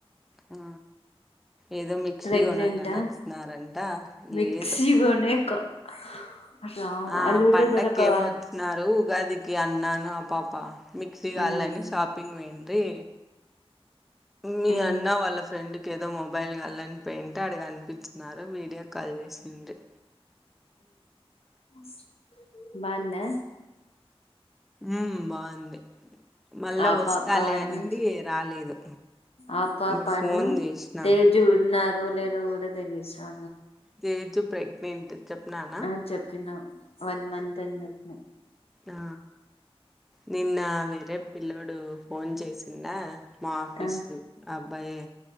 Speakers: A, in the centre; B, on the left (about 70°).
A: ఆ ఏదో మిక్సీ
B: ప్రెగ్నెంటా
A: కొనాలని వస్తున్నారంట
B: మిక్సీగోనే
A: లేదు
B: క హ అట్లా
A: ఆ
B: అల్ ఊల
A: పండక్కేమో
B: దొరకవా
A: వచ్చినారు ఉగాదికి అన్నాన పా పా మిక్సీ గాలని
B: ఉమ్
A: షాపింగ్ వేంది మీ
B: ఉమ్
A: అన్న వాళ్ళ ఫ్రెండ్ ఏదో మొబైల్ గాల్లన్ పెయింట్ ఆడ్ కనిపించినారు వీడియో కాల్ చేసిండ్రి
B: స్ బాందా
A: ఉమ్ బాగుంది మళ్ళా
B: ఆ
A: వస్తాలే
B: పాపను
A: అనింది రాలేదు
B: ఆ పాపా
A: ఇప్పుడు ఫోన్
B: ను
A: చేసిన
B: తేజ్ ఉన్నారు లేరో పెదలీసా
A: తేజు ప్రెగ్నెంట్ చెప్పినానా
B: ఆ చెప్పినా వన్ మంత్ అని చెప్పినా
A: ఆ నిన్న వేరే పిల్లోడు ఫోన్ చేసిండ మా ఆఫీసు
B: ఆ
A: అబ్బాయే